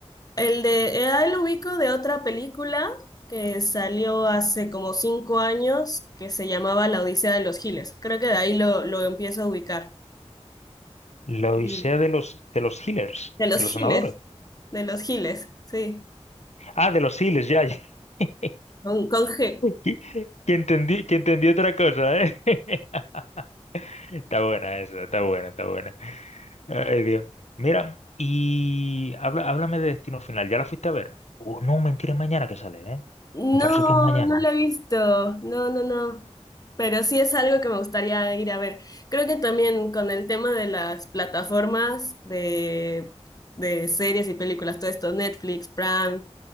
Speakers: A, on the left; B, on the left.
A: el de, eh, ahí lo ubico de otra película que salió hace como cinco años que se llamaba La Odisea de los Giles. Creo que de ahí lo, lo empiezo a ubicar.
B: La Odisea
A: Y
B: de los, de los healers,
A: de los
B: de
A: Giles,
B: los sanadores.
A: de los Giles, sí,
B: Ah, de los healers, ya, ya. <laughs>
A: con, con G.
B: Que que entendí, que entendí otra cosa, ¿eh? <laughs> Está buena esa, está buena, está buena. Ay, Dios. Mira, y habla, háblame de Destino Final. ¿Ya la fuiste a ver? Oh, no, mentira, es mañana que sale, ¿eh?
A: No,
B: Me parece que es mañana.
A: no la he visto. No, no, no. Pero sí es algo que me gustaría ir a ver. Creo que también con el tema de las plataformas de, de series y películas, todo esto, Netflix, Prime,